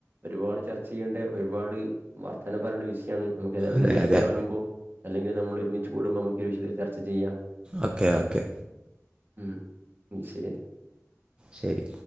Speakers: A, on the right (about 45°); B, on the right (about 20°).
A: ഒരുപാട് ചർച്ച ചെയ്യേണ്ട ഒരുപാട് വർത്തനം പറയേണ്ട വിഷയണ് നമ്മുക്ക് അത്
B: അതെ
A: നേരിട്ട്
B: അതെ
A: കാണുമ്പോ അല്ലെങ്കിൽ നമ്മൾ ഒരുമിച്ച് കൂടുമ്പോ നമുക്ക് ഈ വിഷയത്തിൽ ചർച്ച ചെയ്യാം
B: ഓക്കെ ഓക്കെ
A: ഉം ശെരി
B: ശരി